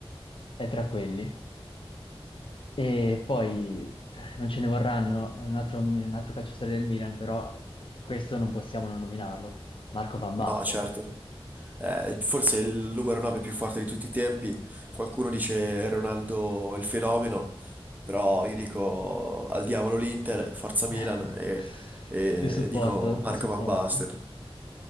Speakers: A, on the left; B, on the right.
A: è tra quelli. E poi eh, non ce ne vorranno, è un altro, un altro calciatore del Milan, però questo non possiamo non nominarlo, Marco Van Basten.
B: No, certo. eh, forse il numero 9 più forte di tutti i tempi. Qualcuno dice Ronaldo è il fenomeno, però io dico al diavolo l'Inter, forza Milan
A: <laughs>
B: e, e
A: Ti supporto,
B: dico Marco
A: ti supporto,
B: Van Basten.